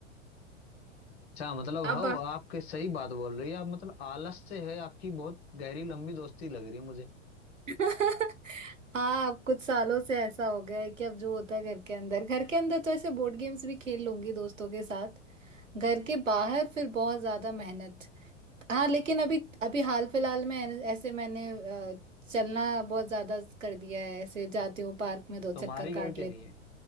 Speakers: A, on the left; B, on the right.
A: अच्छा मतलब
B: अब
A: हाँ आपके सही बात बोल रही है आप मतलब आलस से है आपकी बहुत गहरी लंबी दोस्ती लग रही है मुझे
B: <laughs> हाँ अब कुछ सालों से ऐसा हो गया है कि अब जो होता है घर के अंदर घर के अंदर तो ऐसे बोर्ड गेम्स भी खेल लूंगी दोस्तों के साथ घर के बाहर फिर बहुत ज्यादा मेहनत हाँ लेकिन अभी अभी हाल फिलहाल में ऐन- ऐसे मैंने अ, चलना बहुत ज्यादा कर दिया है ऐसे जाती हूँ पार्क में दो चक्कर
A: तुम्हारी गलती
B: काट लेती
A: नहीं है